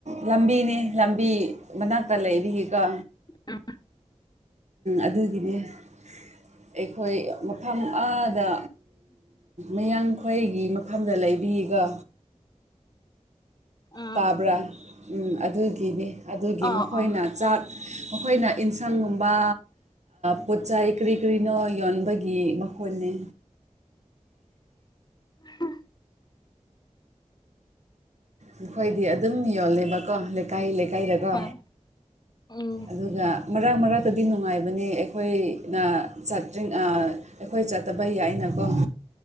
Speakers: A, on the right; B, on the left.
A: ꯂꯝꯕꯤꯅꯤ ꯂꯝꯕꯤ ꯃꯅꯥꯛꯇ ꯂꯩꯕꯤꯒꯀꯣ
B: ꯑ
A: ꯑꯗꯨꯒꯤꯅꯤ ꯑꯩꯈꯣꯏ ꯃꯐꯝ ꯑꯥꯗ ꯃꯌꯥꯡꯈꯣꯏꯒꯤ ꯃꯐꯝꯗ ꯂꯩꯕꯤꯒ
B: ꯑꯥ
A: ꯇꯥꯕ꯭ꯔꯥ ꯑꯗꯨꯒꯤꯅꯤ ꯑꯗꯨꯒꯤ
B: ꯑꯥ
A: ꯃꯈꯣꯏꯅ
B: ꯑꯥ
A: ꯆꯥꯛ ꯃꯈꯣꯏꯅ ꯏꯟꯁꯥꯡꯒꯨꯝꯕ ꯄꯣꯠꯆꯥꯏ ꯀꯔꯤ ꯀꯔꯤꯅꯣ ꯌꯣꯟꯕꯒꯤ ꯃꯈꯣꯟꯅꯤ
B: ꯑ
A: ꯑꯩꯈꯣꯏꯗꯤ ꯑꯗꯨꯝ ꯌꯣꯜꯂꯦꯕꯀꯣ ꯂꯩꯀꯥꯏ ꯂꯩꯀꯥꯏꯗꯀꯣ
B: ꯍꯣꯏ ꯎꯝ
A: ꯑꯗꯨ ꯑꯗ ꯃꯔꯛ ꯃꯔꯛꯇꯗꯤ ꯅꯨꯡꯉꯥꯏꯕꯅꯤ ꯑꯩꯈꯣꯏꯅ ꯆꯠꯇ꯭ꯔꯤ ꯑꯩꯈꯣꯏ ꯆꯠꯇꯕ ꯌꯥꯏꯅꯀꯣ